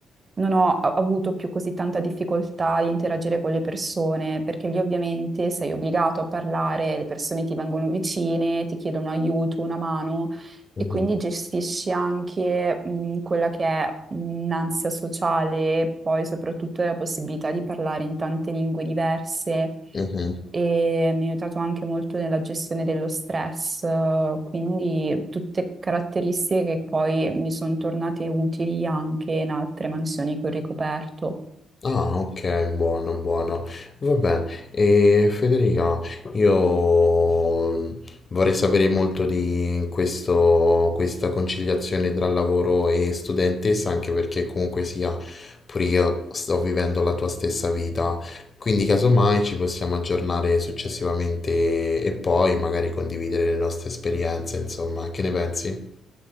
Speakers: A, on the right; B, on the left.
A: non ho a- avuto più così tanta difficoltà di interagire con le persone, perché lì ovviamente sei obbligato a parlare, le persone ti vengono vicine, ti chiedono aiuto, una mano
B: Mhm,
A: e quindi gestisci anche mh, quella che è un'ansia sociale, poi soprattutto la possibilità di parlare in tante lingue diverse
B: mhm.
A: e mi ha aiutato anche molto nella gestione dello stress, eh, quindi tutte caratteristiche che poi mi sono tornate utili anche in altre mansioni che ho ricoperto.
B: Ah, ok, buono, buono. Vabbè, e Federica, io mm, vorrei sapere molto di questo, questa conciliazione tra lavoro e studentessa, anche perché comunque sia, pure io sto vivendo la tua stessa vita. Quindi, casomai, ci possiamo aggiornare successivamente e poi magari condividere le nostre esperienze, insomma, che ne pensi?